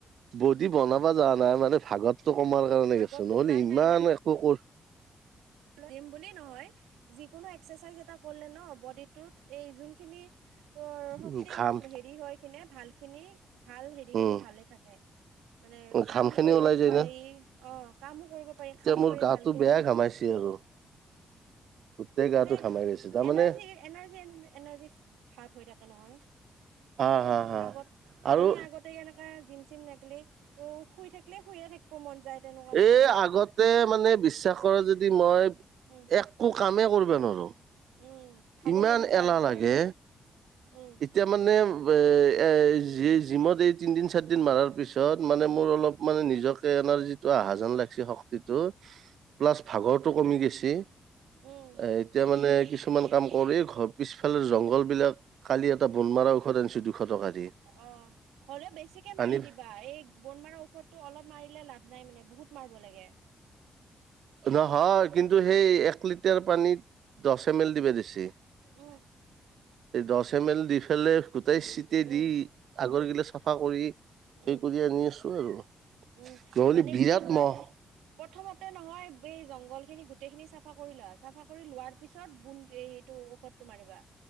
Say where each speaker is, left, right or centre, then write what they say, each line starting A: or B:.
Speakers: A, on the right; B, on the right.
A: বডি বনাবা যোৱা নাই মানে ভাগত পেতটো কমাৰ কাৰণে
B: ভাগতো
A: গছো নহ'লে
B: নাই
A: ইমান
B: নাই নাই
A: একো কৰিব
B: জিম বুলি নহয় যিকোনো এক্সে ছাজই এটা কৰিলে ন বডিটোত এই জোন খিনি তৰ শক্তি
A: উম ঘাম
B: হেৰি হয় কিনে ভাল খিনি ভাল হেৰিখিনি
A: উম,
B: ভালে থাকে মানে কাম
A: ঘাম খিনি
B: কৰিব
A: ওলাই যায়
B: পাৰি
A: না
B: অ, কামো কৰিব পাৰি
A: এতিয়া
B: খাব
A: মোৰ
B: পাৰি
A: গাটো
B: ভাল উম
A: বেয়া ঘামাইছে আৰু গোটেই গাটো
B: মানে
A: ঘামাই গৈছে তাৰমানে
B: এনাৰ্জি এনাৰ্জি এনাৰ্জি ভাৱ হৈ থাকে নহয়
A: হা হা হা
B: আগত
A: আৰু
B: এনে আগতে এনকা জিম চিম নাথাকিলে ত শুই থাকিলে শুইয়ে থাকিব মন যায় তেনেকুৱা নহয়
A: এই আগতে মানে বিশ্বাস কৰ যদি মই
B: উম
A: একো কামে কৰিব নোৱাৰো
B: উম ভাগৰ
A: ইমান
B: লাগি যায়
A: এলাহ
B: অলপ
A: লাগে
B: যায়ে উম
A: এতিয়া মানে এ জিমত এই তিনদিন চাদিন মৰাৰ পিছত
B: উম
A: মানে মোৰ অলপ মানে নিজক এনাজিটো আহা যেন লাগিছে শক্তিটো ত প্লাছ ভাগৰটো কমি গৈছে দে
B: উম
A: এ এতিয়া মানে কিছু কাম কৰি ঘৰ পিছফালে জংঘল বিলাক কালি এটা বন মৰা ঔষধ আনিছো দুশ টকা দি
B: অ' হলেও বেছিকে মাৰি
A: আনি
B: দিবা এই বন মাৰা ঔষধতটো অলপ মাৰিলে লাভ নাই বোলে বহুত মাৰিব লাগে।
A: নহয় কিন্তু হেই এক লিটাৰ পানীত দছ এমেল দিবা দিছে,
B: উম
A: দছ এমেল দি পেলায় গোটেই চিটি
B: উম
A: দি আগৰ গিলাচ চাফা কৰি
B: উম
A: এই কৰি আনি আছোঁ আৰু।
B: উম,
A: নহ'লে
B: মানে
A: বিৰাট
B: কি হয়,
A: মহ
B: প্ৰথমতে নহয় জংঘল খিনি গোটেই খিনি চাফা কৰি লোৱা, চাফা কৰি লোৱাৰ পিছত বু এইটো ঔষধটো মাৰিবা।